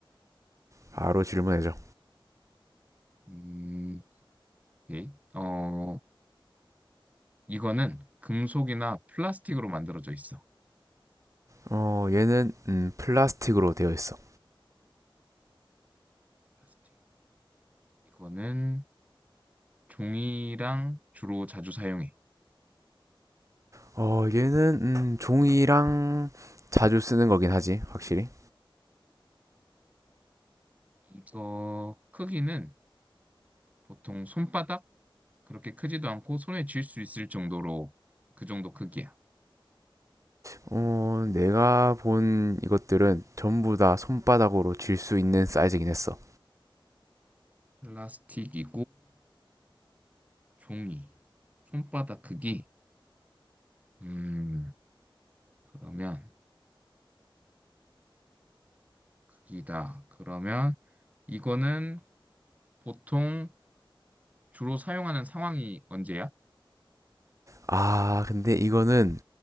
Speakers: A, on the right; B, on the right.
A: 바로 질문해줘.
B: 음, 오케이. 어, 이거는 금속이나 플라스틱으로 만들어져 있어.
A: 어, 얘는 음, 플라스틱으로 되어 있어.
B: 플라스틱. 이거는 종이랑 주로 자주 사용해.
A: 어, 얘는 음, 종이랑 자주 쓰는 거긴 하지, 확실히.
B: 이거 크기는 보통 손바닥 그렇게 크지도 않고 손에 쥘 수 있을 정도로 그 정도 크기야.
A: 어, 내가 본 이것들은 전부 다 손바닥으로 쥘 수 있는 사이즈긴 했어.
B: 플라스틱이고 종이. 손바닥 크기. 음, 그러면 크기다. 그러면 이거는 보통 주로 사용하는 상황이 언제야?
A: 아, 근데 이거는